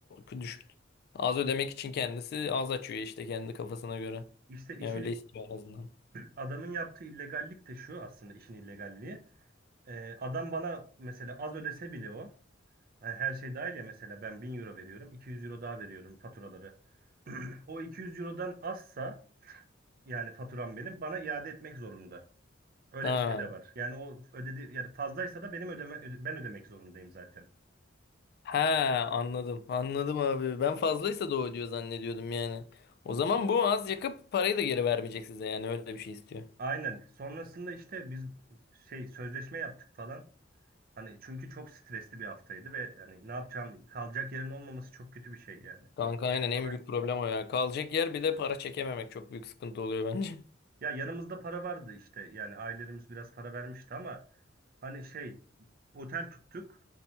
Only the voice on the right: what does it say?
İşte işin
Adamın yaptığı illegallik de şu aslında işin illegalliği. Ee, adam bana mesela az ödese bile o. hani her şey dahil ya mesela ben 1000 euro veriyorum. 200 euro daha veriyorum faturaları. <clears throat> O 200 eurodan azsa yani faturam benim bana iade etmek zorunda. Öyle
bir şey de var. Yani o ödedi yani fazlaysa da benim ödeme öde- ben ödemek zorundayım zaten.
Aynen. Sonrasında işte biz şey sözleşme yaptık falan. Hani çünkü çok stresli bir haftaydı ve yani ne yapacağım kalacak yerin olmaması çok kötü bir şey yani.
Otele
falan
gittik.
Ya yanımızda para vardı işte yani ailelerimiz biraz para vermişti ama hani şey otel tuttuk.